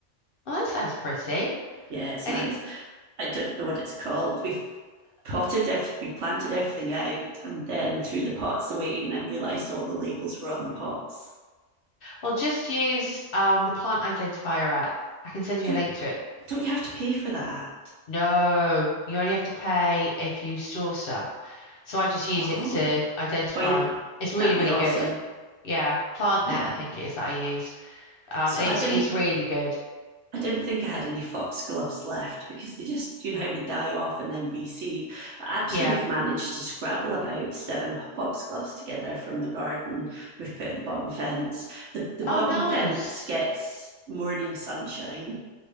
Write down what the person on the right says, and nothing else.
Yeah, it's
nice. I don't know what it's called. We've potted everything, we planted everything out, and then threw the pots away, and then realised all the labels were on the pots.
Don't
don't you have to pay for that?
Oh,
oh yeah,
that'd
be awesome.
Yeah.
So
I didn't
I didn't think I had any foxgloves left because they just, you know, how they die off and then reseed. But actually,
we've managed to scrabble about seven foxgloves together from the garden we've put at the bottom fence. The, the bottom
fence gets morning sunshine